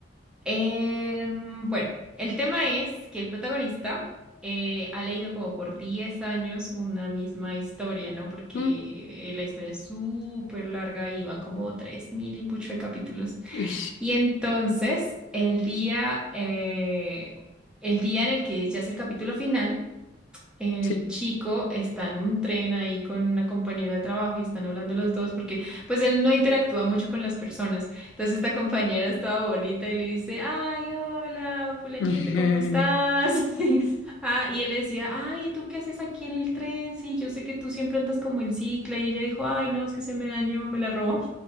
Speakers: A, in the centre; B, on the left.
A: Em, bueno, el tema es que el protagonista eh, ha leído como por 10 años una misma historia, ¿no? Porque
B: Mm,
A: eh, la historia es súper larga y van como 3.000 y pucho de capítulos.
B: uy,
A: Y entonces, el día, eh, el día en el que ya es el capítulo final, el
B: sí.
A: chico está en un tren ahí con una compañera de trabajo y están hablando los dos porque pues él no interactúa mucho con las personas. Entonces esta compañera estaba bonita y le dice, ay, hola, fulanito,
B: <laughs>
A: ¿cómo estás? <laughs> Ah, y él le decía, ay, ¿tú qué haces aquí en el tren? Sí, yo sé que tú siempre andas como en cicla y ella dijo, ay, no, es que se me dañó, me la robó.